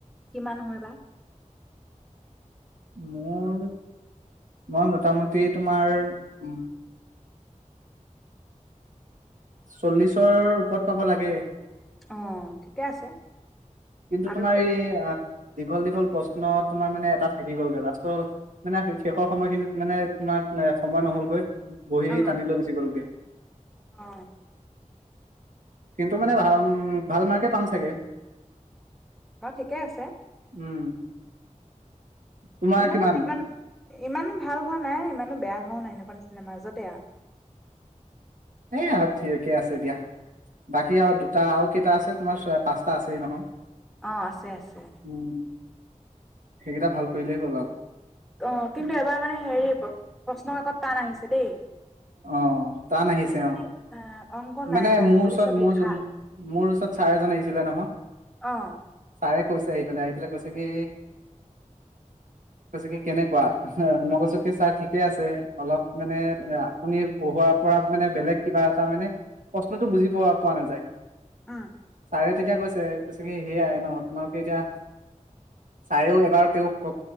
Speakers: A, in the centre; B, on the right.
A: কিমানহয় বা?
B: মোৰ মই মোটামুটি তোমাৰ উ', চল্লিশৰ ওপৰত পাব লাগে।
A: অ', ঠিকে আছে।
B: কিন্তু
A: আৰু
B: তোমাৰ এই আ', দীঘল-দীঘল প্ৰশ্ন তোমাৰ মানে এটা থাকি গ'লগৈ লাষ্টৰ মানে শেষৰ সময়খিনিত মানে তোমাৰ এ সময় নহলগৈ। বহি
A: অ
B: টানি লৈ গুচি গ'লগৈ।
A: অ,
B: কিন্তু মানে ভাল উ ভাল মাৰ্কে পাম চাগে?
A: উম, ঠিকে আছে।
B: উম, তোমাৰ
A: মোৰ
B: কিমান?
A: ইমান ইমানো ভাল হোৱা নাই ইমানো বেয়া হোৱাও নাই এনেকুৱা। নিচিনা মাজতে আৰু।
B: এ ঠিককে আছে দিয়া বাকী আৰু দুটা আৰু কেইটা আছে তোমাৰ পাঁচটা আছেই নহয়।
A: অঁ, আছে-আছে।
B: উম সেইকেইটা ভাল কৰিলেই হ'ল আৰু
A: অ', কিন্তু এবাৰ মানে হেৰি প্ৰশ্ন কাক টান আহিছে দেই।
B: অ', টান আহিছে
A: মানে
B: অ',
A: অংক
B: মানে
A: নাই আহা
B: মোৰ
A: খালি
B: ওচৰত
A: চব
B: মোৰ
A: লিখা
B: ওচৰত, মোৰ ওচৰত ছাৰ এজন আহিছিলে নহয়
A: অ
B: ছাৰে কৈছে আহি পেলাই। আ কৈছে কি কৈছে কি কেনেকুৱা? মই কৈছো কি ছাৰ ঠিকে আছে অলপ মানে আপুনি পঢ়োৱাৰ পৰা মানে বেলেগ কিবা এটা মানে? প্ৰশ্নতটো বুজি পোৱা পোৱা নাযায়।
A: উম,
B: ছাৰে তেতিয়া কৈছে-কৈছে কি সেয়াই ন তোমালোকে এতিয়া ছাৰেও এবাৰ তেওঁ